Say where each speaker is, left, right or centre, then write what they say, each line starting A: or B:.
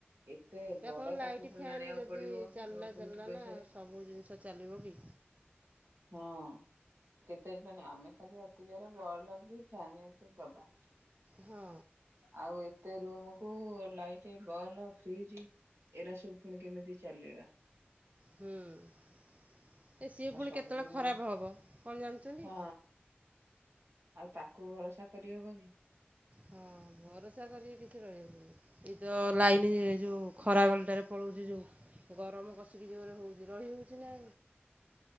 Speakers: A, on the right; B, on the right.
A: ଏତେ
B: ଏଇଟା
A: ବଡ
B: କଣ ଲାଇଟ୍,
A: ତାକୁ ପୁଣି
B: ଫ୍ୟାନ୍
A: ଆଣିବାକୁ
B: ଯଦି
A: ପଡିବ
B: ଚାଲିଲା,
A: ବହୁତ
B: ଚାଲିଲା
A: ପଇସାରେ
B: ନା, ଆଉ ସବୁ ଜିନିଷ ଚାଲିବ କି?
A: ହଁ କେତେ ଟାଣିବ? ଆମେ ଖାଲି ଅତି ଜୋରେ, ବଲ କି ଫ୍ୟାନ ଏତେ ଦବା
B: ହଁ।
A: ଆଉ ଏତେ ରୁମକୁୁ ଲାଇଟ୍, ବଲ୍, ଫ୍ରିଜ୍ ଏଇରା ସବୁ ଫୁଣି କେମିତି ଚଲେଇବା?
B: ହୁଁ। ଏ ସିଏ
A: ଆଉ
B: ଫୁଣି
A: ସବୁଦିନ
B: କେତେବେଳେ ଖରାପ ହବ, କଣ ଜାଣିଛନ୍ତି?
A: ହଁ ଆଉ ତାକୁ ଭରସା କରିହବ କି?
B: ହଁ, ଭରସା କରିକି କିଛି ରହି ଏତ ଲାଇନ ନି ଯୋଉ ଖରାବେଳଟାରେ ପଳଉଛି, ଯୋଉ ଗରମ କଷିକି ଜୋରେ ହୋଉଛି ରହି ହୋଉଛି, ନା